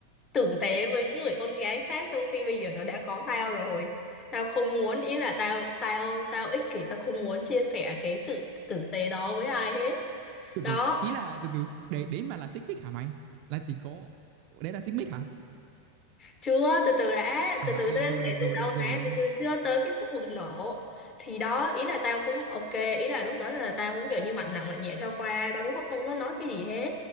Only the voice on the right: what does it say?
Từ
từ. Ý là từ từ. Đấy đấy mà là xích mích hả mày? Là chỉ có đấy là xích mích hả?
À
ừ
rồi
được rồi
được
rồi.